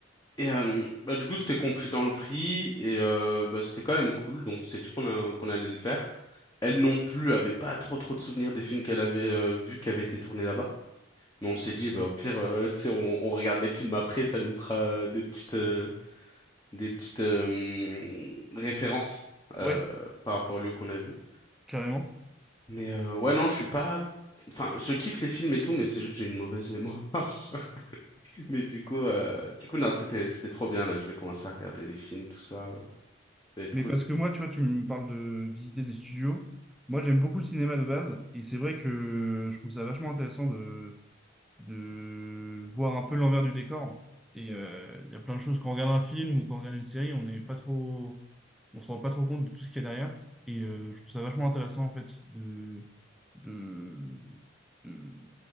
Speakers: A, on the left; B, in the centre.
A: Et euh, bah, du coup, c'était compris dans le prix, et euh, bah, c'était quand même cool, donc on s'est dit qu'on a- qu'on allait le faire. Elle non plus avait pas trop trop de souvenirs des films qu'elle avait euh, vus qui avaient été tournés là-bas. Mais on s'est dit, bah, au pire, euh, tu sais, on, on regarde les films après, ça nous fera euh, des petites... euh, des petites euh, références euh,
B: Ouais,
A: par rapport au lieu qu'on a vu.
B: carrément. <laughs>
A: Mais euh, ouais, non, je suis pas. Enfin, je kiffe les films et tout, mais c'est juste que j'ai une mauvaise mémoire. <laughs> Mais du coup, euh, du coup, non, c'était c'était trop bien là. Je vais commencer à regarder les films, tout ça. Ça va être
B: Mais
A: cool.
B: parce que moi, tu vois, tu me parles de visiter des studios. Moi, j'aime beaucoup le cinéma de base. Et c'est vrai que je trouve ça vachement intéressant de, de voir un peu l'envers du décor. Et euh, il y a plein de choses. Quand on regarde un film ou quand on regarde une série, on n'est pas trop, on se rend pas trop compte de tout ce qu'il y a derrière. Et euh, je trouve ça vachement intéressant, en fait, de, de, de-